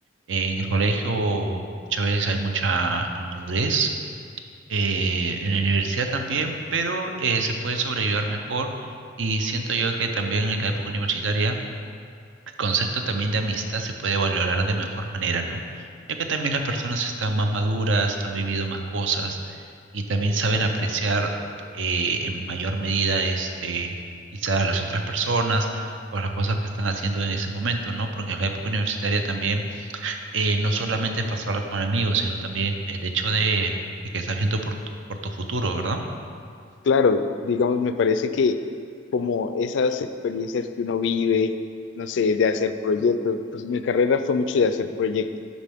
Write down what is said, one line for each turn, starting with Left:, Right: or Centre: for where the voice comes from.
Right: Eh, en el colegio muchas veces hay mucha inmadurez, eh, en la universidad también, pero eh, se puede sobrevivir mejor y siento yo que también en la época universitaria concepto también de amistad se puede valorar de mejor manera, ¿no? Ya que también las personas están más maduras, han vivido más cosas y también saben apreciar eh, en mayor medida este, quizá a las otras personas o a las cosas que están haciendo en ese momento, ¿no? Porque en la época universitaria también eh, no solamente es pasarla con amigos, sino también el hecho de, de que estás viendo por tu, por tu futuro, ¿verdad?
Left: Claro, digamos, me parece que como esas experiencias que uno vive, no sé, de hacer proyectos, pues mi carrera fue mucho de hacer proyectos.